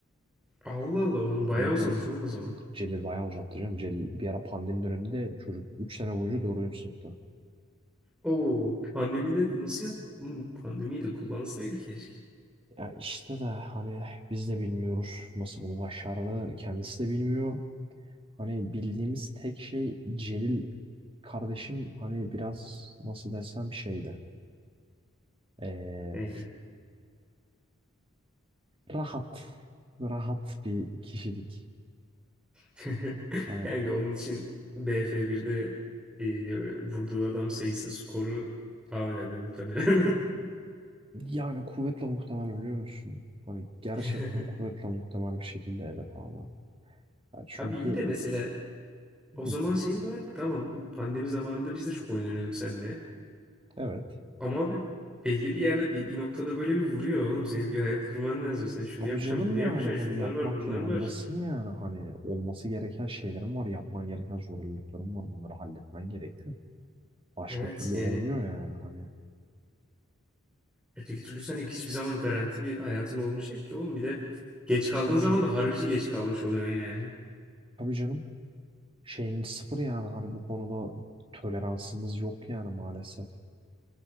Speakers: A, in the centre; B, on the right.
A: Allah Allah onun bayağı
B: Evet
A: uzamış
B: evet.
A: oğlum o zaman.
B: Celil bayağı uzattı canım. Celil bir ara pandemi döneminde çocuk 3 sene boyunca 4. sınıfta.
A: Oo, pandemide nasıl yap? Hmm, Pandemiyi de kullansaydı keşke.
B: Ya işte de hani biz de bilmiyoruz nasıl bunu başardı. Kendisi de bilmiyor. Hani bildiğimiz tek şey Celil kardeşim hani biraz nasıl desem şeydi. Ee,
A: Neydi?
B: rahat. Rahat bir kişilik.
A: <laughs>
B: Hani
A: Kanka onun için BF1'de e, vurduğu adam sayısı skoru daha önemli muhtemelen.
B: yani kuvvetle muhtemel biliyor musun? Hani gerçekten
A: <laughs>
B: kuvvetle muhtemel bir şekilde evet ama. Ya çünkü
A: Abi iyi de mesela
B: <laughs>
A: o zaman şey vardı tamam pandemi zamanında biz de çok oyun oynuyorduk seninle.
B: evet.
A: Ama abi belli bir yerde bir, bir noktada böyle bir vuruyor oğlum senin bir hayat kurman lazım. Sen şunu
B: Tabii
A: yapacaksın
B: canım
A: bunu yapacaksın
B: yani hani
A: şunlar
B: yapmak
A: var bunlar
B: zorundasın
A: var.
B: yani hani olması gereken şeylerin var yapman gereken zorunlulukların var bunları halletmen gerekiyor. Başka
A: Evet
B: türlü olmuyor
A: yani
B: yani hani.
A: öteki türlü sen hiçbir zaman garanti bir hayatın olmayacak ki oğlum bir de geç kaldığın
B: Tabii
A: zaman
B: canım
A: da harbici geç kalmış oluyor yani.
B: tabii canım şeyin sıfır yani hani bu konuda toleransımız yok yani maalesef.